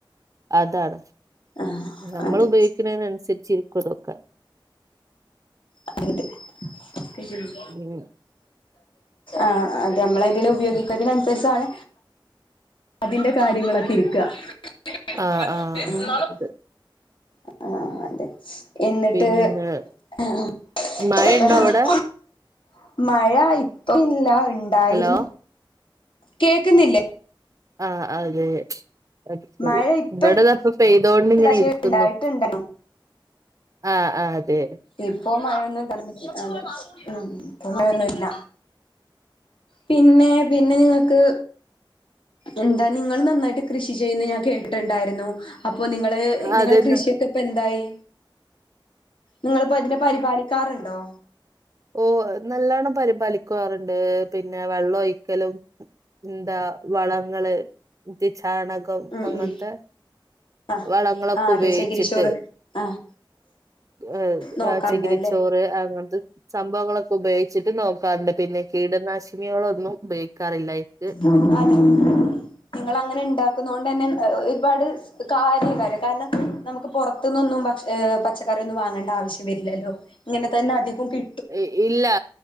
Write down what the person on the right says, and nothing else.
അതാണ്
നമ്മള്
ഉപയോഗിക്ക്ണേന് അൻസരിച്ചിരിക്കും ഇതൊക്കെ
ഉം ഉം
ആഹ് ആഹ്
അത്
പിന്നെ
മഴയുണ്ടോ
അവിടെ
ഹലോ
ആഹ് അങ്ങനെ അത് ശരി
ഇബടെതാപ്പൊ
പെയ്തോണ്ട് ഇങ്ങനെ
ഇരിക്കുന്നു
ആഹ് ആഹ് അതെ
അതെന്ന
ഓഹ് നല്ലോണ്ണം പരിപാലിക്കാറ്ണ്ട് പിന്നെ വെള്ളം ഒഴിക്കലും ന്താ വളങ്ങള് മറ്റെ ചാണകം
അങ്ങൻത്തെ
വളങ്ങളൊക്കെ
ഉപയോഗിച്ചിട്ട്
ഏഹ്
ആഹ് ചെകിരി ചോറ് അങ്ങൻതെ സംഭവങ്ങളൊക്കെ ഉപയോഗിച്ചിട്ട് നോക്കാറ്ണ്ട് പിന്നെ കീടനാശിനികളൊന്നും ഉപയോഗിക്കാറില്ല അയ്ക്ക്
ഏയ് ഇല്ലാ